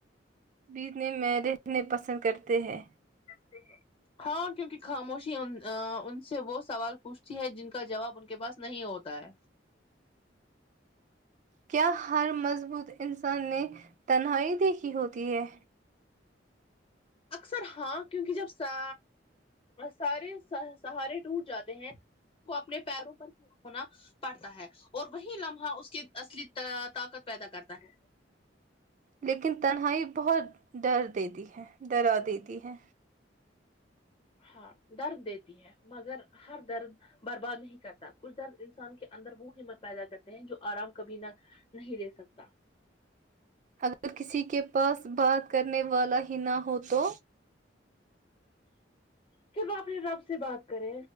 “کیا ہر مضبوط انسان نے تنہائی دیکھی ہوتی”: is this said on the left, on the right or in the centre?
Right